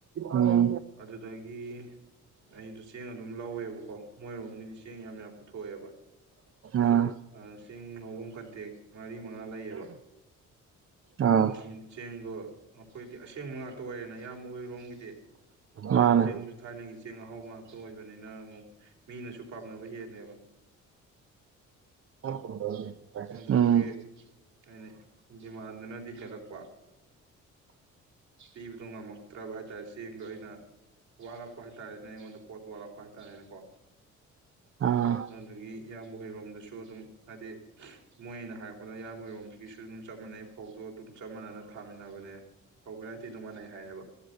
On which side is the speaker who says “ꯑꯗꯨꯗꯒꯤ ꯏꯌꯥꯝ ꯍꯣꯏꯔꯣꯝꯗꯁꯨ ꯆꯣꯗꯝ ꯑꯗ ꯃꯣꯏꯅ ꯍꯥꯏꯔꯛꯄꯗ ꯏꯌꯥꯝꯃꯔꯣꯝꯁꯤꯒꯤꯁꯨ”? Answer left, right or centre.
Right